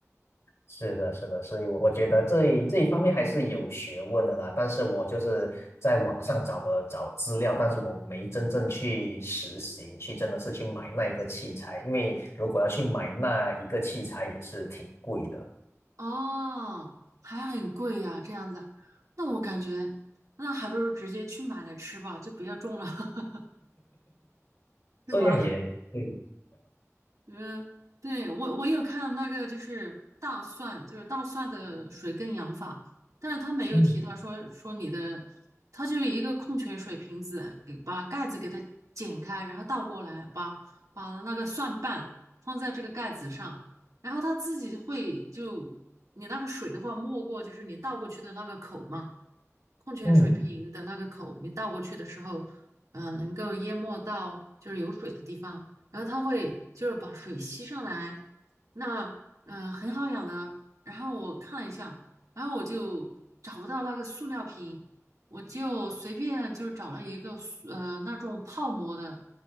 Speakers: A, on the left (about 60°); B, on the right (about 80°).
A: 是的，是的，所以我我觉得这一这一方面还是有学问的啦。但是我就是在网上找了找资料，但是我没真正去实行，去真的是去买那一个器材，因为如果要去买那一个器材也是挺贵的。
B: 哦，还很贵呀，这样子啊那我感觉那还不如直接去买来吃吧，就不要种了，<laughs> 是吧？
A: 这样也也对，
B: 就是对我我有看那个就是大蒜，就是大蒜的水耕养法，但是他没有提到说说你的，
A: 嗯
B: 他就是一个矿泉水瓶子，给把盖子给它剪开，然后倒过来，把把那个蒜瓣放在这个盖子上，然后它自己会就你那个水的话没过就是你倒过去的那个口嘛，矿泉水瓶的那个口，
A: 嗯
B: 你倒过去的时候，嗯，能够淹没到就是有水的地方。然后它会就是把水吸上来，那嗯很好养的。然后我看了一下，然后我就找不到那个塑料瓶，我就随便就找了一个塑呃那种泡沫的